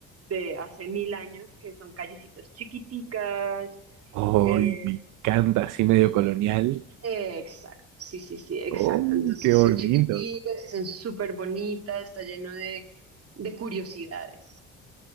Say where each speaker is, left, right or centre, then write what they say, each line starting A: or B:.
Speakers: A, on the right; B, on the right.
A: de hace mil años, que son callecitas chiquiticas.
B: Ay,
A: eh,
B: me encanta, así medio colonial.
A: exacto, sí, sí, sí, exacto.
B: Oh,
A: Entonces
B: qué bonito.
A: son chiquiticas y son súper bonitas, está lleno de, de curiosidades.